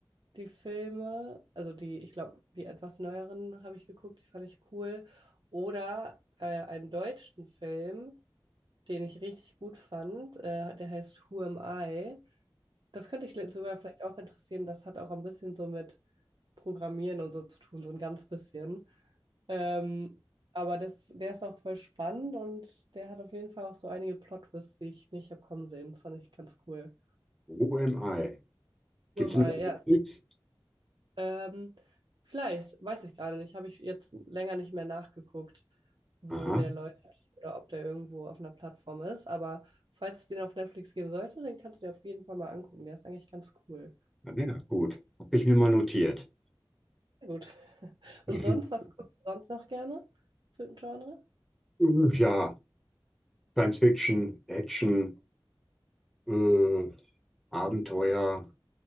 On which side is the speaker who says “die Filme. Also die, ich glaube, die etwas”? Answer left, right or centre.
Right